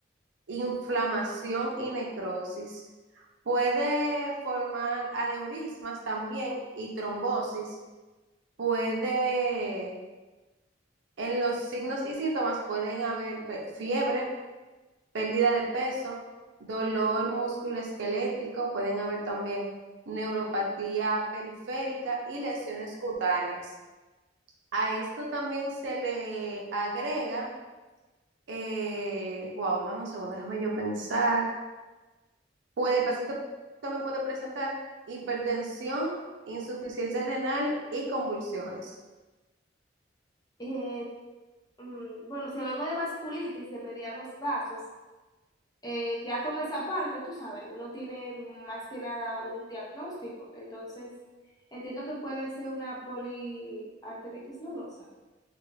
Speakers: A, on the right; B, on the left.
A: inflamación y necrosis, puede formar aneurismas también y trombosis, puede, en los signos y síntomas pueden haber pe- fiebre, pérdida de peso, dolor musculoesquelético, pueden haber también neuropatía periférica y lesiones cutáneas. A esto también se le agrega, eh, wow, dame un segundo, déjame yo pensar. Puede, el paciente también puede presentar hipertensión, insuficiencia renal y convulsiones.
B: Eh, mm, bueno, si hablamos de vasculitis, de medianos vasos, eh, ya con esa parte, tú sabes, uno tiene más que nada un diagnóstico. Entonces, entiendo que puede ser una poliarteritis nodosa.